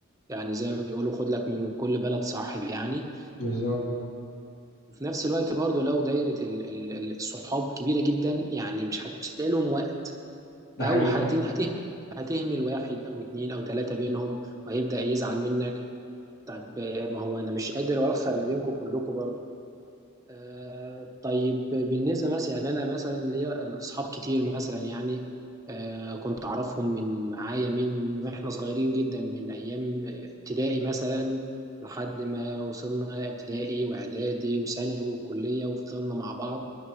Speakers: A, on the right; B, on the left.
A: يعني زي ما بيقولوا خد لك من كل بلد صاحب يعني
B: بالظبط
A: وفي نفس الوقت برضو لو دايرة ال- ال- ال- الصحاب كبيرة جدا يعني مش هت- مش هتلاقي لهم
B: ده
A: او
B: حقيقي
A: هتن- هتهمل هتهمل واحد او اتنين او تلاتة منهم وهيبدأ يزعل منك طب ما هو انا مش قادر اوفق ما بينكم كلكم برضه آه طيب بالنسبة مثلا يعني انا مثلا ليا اصحاب كتير مثلا يعني آه كنت اعرفهم من معايا من واحنا صغيرين جدا من ايام ابتدائي مثلا لحد ما وصلنا ابتدائي واعدادي وثانوي وكلية وفضلنا مع بعض